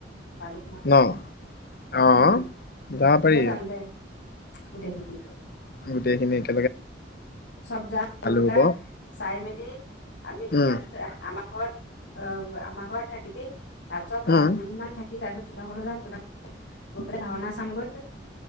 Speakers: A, on the left; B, on the left.
A: ভালুকপুং
B: ন অ
A: উম
B: যাব
A: সেইফালে
B: পাৰি
A: যাম দে গোটেইখিনি
B: গোটেইখিনিয়ে
A: চব যাম গৈ‌ পেলাই
B: হ'ব
A: চাই মেলি <unintelligible> আমি ধুনীয়াকৈ
B: উম
A: আমাক ঘৰত অ আমাৰ ঘৰত থাকিবি। তাৰ পিছত
B: উম
A: দুদিনমান থাকি তাৰ পিছত তোমাৰ ঘৰলে যাম গৈ পেলাই ভাওনা চামগৈ